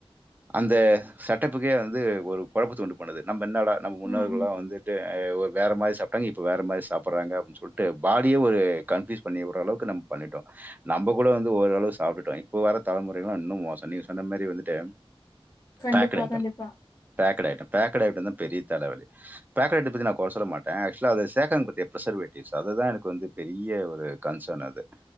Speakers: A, on the right (about 20°); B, on the left (about 30°).
A: அந்த செட்டப்புக்கே வந்து ஒரு கொழப்பத்த உண்டு பண்ணுது மென்னடா நம்ம முன்னோர்களா
B: ம் ம்
A: வந்துட்டு ஒரு வேற மாரி ஸ் சாப்ட்டாங்க இப்ப வேற மாரி சாப்பறாங்க அப்டின் சொல்லிட்டு பாடியே ஒரு கன்ஃப்யூஸ் பண்ணி உட்றளவுக்கு நம்ம பண்ணிட்டோ நம்ம கூட வந்து ஓரளவு சாப்பட்டுட்டோ இப்போ வர தலைமுறைல்லா இன்னூ மோசோ நீங்க சொன்ன மாரி வந்துட்டு
B: கண்டிப்பா
A: பேக்டு ஐட்டம்
B: கண்டிப்பா
A: பேக்டு ஐட்டம் பேக் டு ஐட்டந்தா பெரிய தலவலி பேக்டு ஐட்டம் பத்தி நா கொற சொல்ல மாட்டே ஆக்சுலா அது சேக்கன் வித் பிரசர்வேட்டிவ் அதுதா எனக்கு பெரிய ஒரு கன்சன் அது